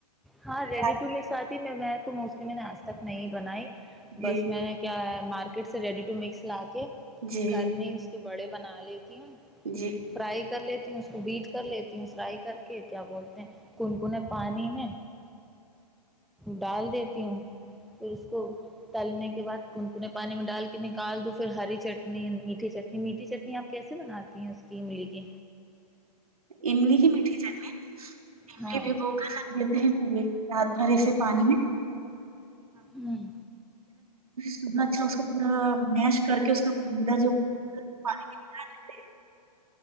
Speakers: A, in the centre; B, on the right (about 60°).
A: ہاں
B: کے
A: رڈی
B: ڈال۔
A: ٹ میرے سات ہی میں میں ت کہ میں نے آج تک نہیں بنائی
B: جی
A: بس میں نے کیا ہے مارکیٹ س ریڈی و مکس لات
B: جی
A: گھر میں ہی اس کے بڑے بنا لیے
B: جی
A: فرائی کر لیتی ہوں اس کو بیٹ کر لیتی ہوں فرائی کر کے کیا بولتے ہیں کنکن پانی میں ڈال دیتی ہوں پھر اس کو تلنے کے بعد کنکنے پانی میں ڈال کے نکال دو پھر ہری چٹنی میٹھی چٹنی میٹھی چٹنی آپ کیسے بناتی ہیں اس کی ملی کے
B: املی کی میٹھی چٹنی م
A: ہاں
B: بھو ک آگتے رات بھرے سے پانی میں
A: ہ
B: سنا اچھا اس کا پورا میش کر کے اس کاا جو پانی کے نکال لیتے ہیں